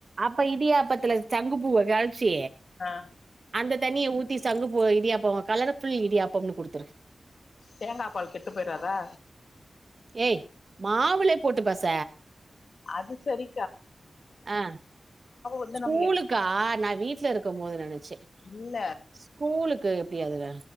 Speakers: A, on the right; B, on the left.
A: அப்ப இடியாப்பத்துல சங்குப்பூவ கரைச்சி
B: ஆ
A: அந்த தண்ணிய ஊத்தி சங்கு பூவ இடியாப்போ கலர்ஃபுல் இடியாப்பம்னு குடுத்துரு
B: தேங்காப் பால் கெட்டு போய்றாதா
A: ஏய் மாவுல போட்டு பெச
B: அது சரி
A: ஆ
B: வந்து
A: ஸ்கூலுக்கா
B: நம்ம
A: நா வீட்ல இருக்கும் போதுனு நெனைச்சே
B: இல்ல
A: ஸ்கூலுக்கு எப்டி அதுல